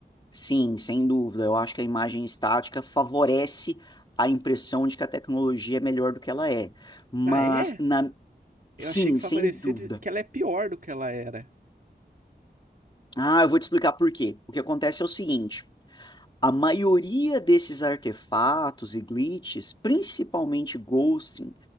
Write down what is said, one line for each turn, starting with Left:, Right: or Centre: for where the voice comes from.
Left: Sim, sem dúvida. Eu acho que a imagem estática favorece a impressão de que a tecnologia é melhor do que ela é. Mas,
Right: Ah, é?
Left: na...
Right: Eu
Left: sim,
Right: achei que favorecia
Left: sem dúvida.
Right: de- que ela é pior do que ela era.
Left: Ah, eu vou te explicar por quê. O que acontece é o seguinte. A maioria desses artefatos e glitches, principalmente ghosting,